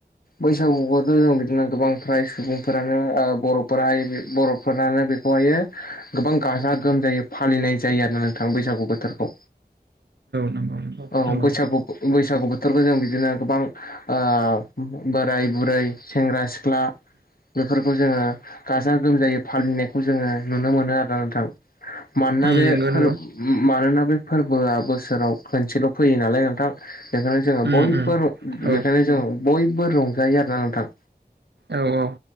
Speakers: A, on the left; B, on the right.
A: बैसागुखौथ' जों बिदिनो गोबां फ्राय सुबुंफोरानो बर'फोराहाय बर'फोरानो बेखौहायो गोबां गाजा गोमजायै फालिनाय जायो आरोना नोंथां बैसागु बोथोरखौ
B: नंगौ नंगौ
A: औ
B: नंगौ
A: बैसागु बैसागु बो जों बिदिनो गोबां ओ बोराइ बुरै सेंग्रा सिख्ला सिख्ला बेफोरखौ जोङो गाजा गोमजायै फालिनायखौ जोङो नुनो मोनो आरोना नोंथां। मानोना
B: उम
A: बेफोर
B: नंगौ नंगौ
A: मानोना बे फोरबोआ बोसोराव खनसेल' फैयो नालाय नोंथां। बेखायनो जोङो
B: उम
A: बयबो
B: उम औ
A: बेखायनो जों बयबो रंजायो आरोना नोंथां।
B: औ औ